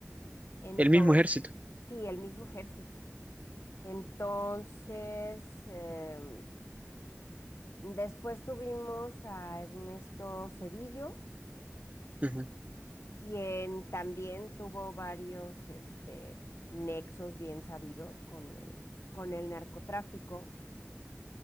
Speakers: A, on the left; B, on the right.
A: Entonces,
B: El mismo ejército.
A: sí, el mismo ejército. Entonces, em, después tuvimos a Ernesto Cedillo,
B: Ujú.
A: quien también tuvo varios, este, nexos bien sabidos con el, con el narcotráfico.